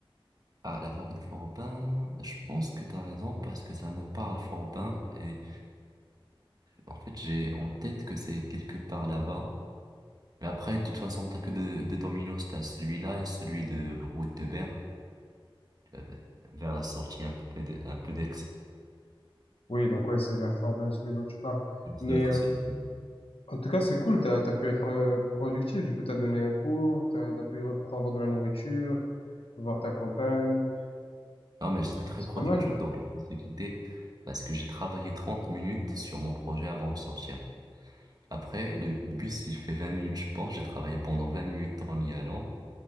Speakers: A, on the right; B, on the left.
A: Ah, la fac de Forbin, je pense que tu as raison parce que ça me parle Forbin et en fait j'ai en tête que c'est quelque part là-bas. Mais après, de toute façon, t'as que deux, deux dominos, t'as celui-là et celui de route de Berre, tu vois, vers la sortie un peu de- un peu d'Aix.
B: Oui, donc ouais, c'est vers Forbin, celui dont tu parles.
A: Donc, Ça
B: Mais
A: doit être celui
B: En tout cas, c'est cool, t'as, t'as pu être euh, productif, du coup, t'as donné un cours, t'as, t'as pu prendre de la nourriture, voir ta compagne,
A: Non, mais j'étais très
B: c'est
A: productif
B: pas mal,
A: donc je me suis quitté parce que j'ai travaillé 30 minutes sur mon projet avant de sortir. Après, le bus, il fait 20 minutes, je pense. J'ai travaillé pendant 20 minutes en y allant.